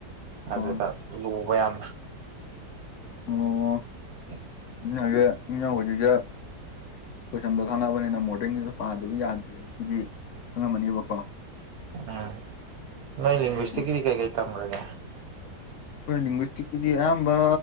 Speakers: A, on the left; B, on the right.
A: ꯑꯣ
B: ꯑꯗꯨꯗ ꯂꯨꯕ ꯌꯥꯝꯅ
A: ꯑꯣ
B: <inaudible>
A: <unintelligible> ꯀꯣꯏꯁꯟꯗꯣ ꯈꯪꯉꯛꯑꯕꯅꯤꯅ ꯃꯣꯗꯔꯟꯒꯤꯁꯨ ꯄꯥꯗꯕ ꯌꯥꯗ꯭ꯔꯦ ꯁꯤꯗꯤ ꯈꯪꯉꯝꯃꯅꯦꯕꯀꯣ
B: ꯎꯝ ꯅꯣꯏ
A: ꯎꯝ
B: ꯂꯦꯡꯒꯣꯁꯇꯤꯛꯀꯤꯗꯤ ꯀꯩ ꯀꯩ ꯇꯥꯝꯒꯔꯒꯦ
A: ꯑꯩꯈꯣꯏ ꯂꯤꯡꯒ꯭ꯁꯇꯤꯛꯀꯤꯗꯤ ꯑꯌꯥꯝꯕ